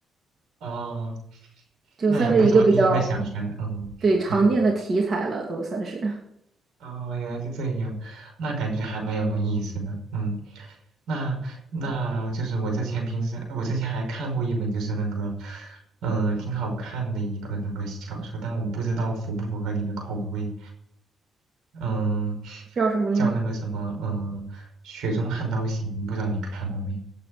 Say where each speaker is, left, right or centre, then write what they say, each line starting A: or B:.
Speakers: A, on the right (about 75°); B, on the right (about 45°).
A: 哦
B: 就算是一个比较
A: 那也不知道第一个想出来，嗯，
B: 对常见的题材了，
A: 对，
B: 都算是
A: 哦，原来是这样，那感觉还蛮有意思的，嗯，那那就是我之前平时我之前还看过一本就是那个，嗯、挺好看的一个那个小说，但我不知道符不符合你的口味，嗯，
B: 叫什么呢？
A: 叫那个什么，嗯、雪中悍刀行》，不知道你看过没？